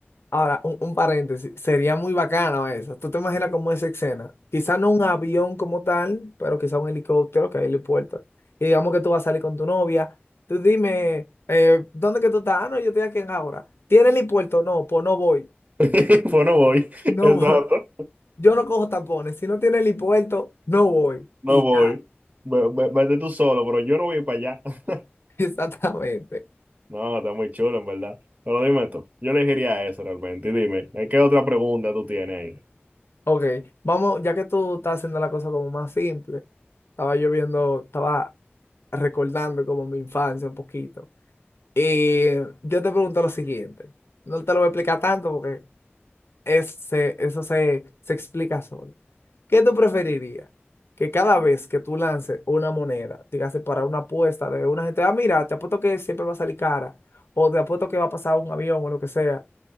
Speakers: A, on the left (about 75°); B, on the right (about 40°).
A: Ahora, un, un paréntesis, sería muy bacano eso. ¿Tú te imaginas cómo es esa escena? Quizá no un avión como tal, pero quizá un helicóptero que hay helipuerto. Y digamos que tú vas a salir con tu novia. Tú dime, eh, ¿dónde que tú estás? Ah, no, yo estoy aquí en ahora. ¿Tiene helipuerto? No, pues no voy.
B: <laughs> Pues no voy,
A: <laughs> No
B: exacto,
A: voy. Yo no cojo tapones. Si no tiene helipuerto, no voy.
B: no
A: Y
B: voy.
A: ya.
B: Ve- ve- Vete tú solo, pero yo no voy para allá. <laughs>
A: <laughs> Exactamente.
B: No, está muy chulo, en verdad. Pero dime tú, yo elegiría eso realmente. Y dime, ¿eh, ¿qué otra pregunta tú tienes ahí?
A: Ok, vamos, ya que tú estás haciendo la cosa como más simple, estaba yo viendo, estaba recordando como mi infancia un poquito. Y yo te pregunto lo siguiente, no te lo voy a explicar tanto porque es- se- eso se, se explica solo. ¿Qué tú preferirías? Que cada vez que tú lances una moneda, dígase para una apuesta de una gente, ah, mira, te apuesto que siempre va a salir cara, o te apuesto que va a pasar un avión o lo que sea,